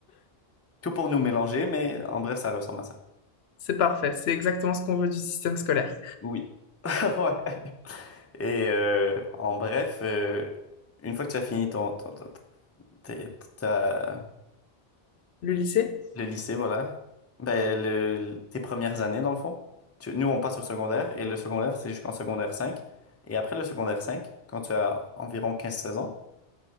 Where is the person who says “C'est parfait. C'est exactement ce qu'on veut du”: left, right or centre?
Left